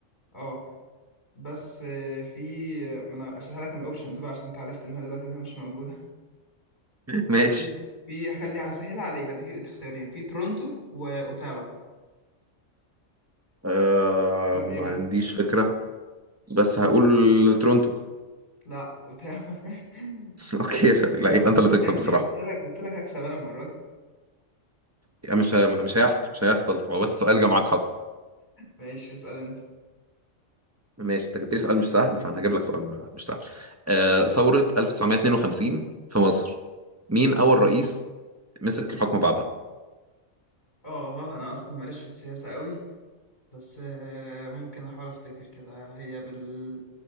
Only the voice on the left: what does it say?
اه بس آه، في آه، ما أنا هشيلها لك من الأوبشنز بقى عشان أنت عرفت إنها دلوقتي إنها مش موجودة
في في هخليها هسهلها عليك هديك اختيارين في تورونتو وأوتاوا
اختار
ايه بقى؟
لا اوتاوا <laughs>
شفت
يا ابني
قلت لك قلت لك هكسب انا المره دي
ماشي اسال انت
اه آه، انا اصلا ماليش في السياسه قوي بس آه، ممكن احاول افتكر كده هي بال